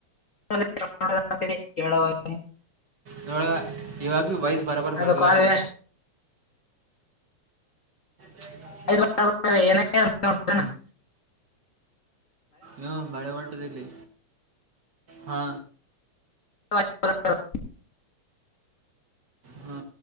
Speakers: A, on the left; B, on the right.
A: <unintelligible>
B: ನಳಗ ಇವಾಗ ಭ ವಯಸ್ ಬರಬರ್
A: ಅದು
B: ಬರಲಾಗತ್
A: ಕಾಲ್ ವೇಸ್ಟ್
B: ಹ
A: ಏನ
B: ಹ ಮಳೆ ಹೊಂಟದ ಇಲ್ಲಿ ಹಾ
A: <unintelligible>
B: ಹ್ಮ